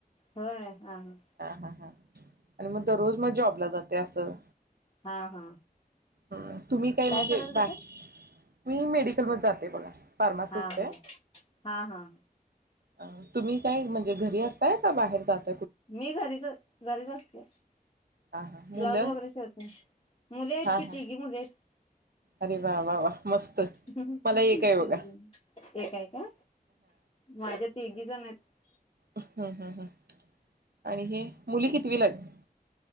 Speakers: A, on the left; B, on the right.
A: होय हा हा ह
B: हा हा आणि मग दररोज मग जॉबला जाते असं
A: हा हा
B: हा तुम्ही काय म्हणजे
A: करायला जाते
B: बाय मी मेडिकल मध्ये जाते बघा फार्मासिस्ट
A: हा हा हा हा
B: अ तुम्ही काय म्हणजे घरी असताय का बाहेर जात
A: मी घरीच घरीच असते
B: हा हा मुलं
A: ब्लाऊज वगैरे शिरते मुले आहेत
B: हा
A: किती
B: हा
A: गी मुले आहेत
B: अरे वा वा वा मस्त
A: तघजण
B: मला एक आहे बघा
A: एक काय का माझ्या तिघी जण आहेत
B: हम्म हम् हम् आणि हे मुली कितवी लागली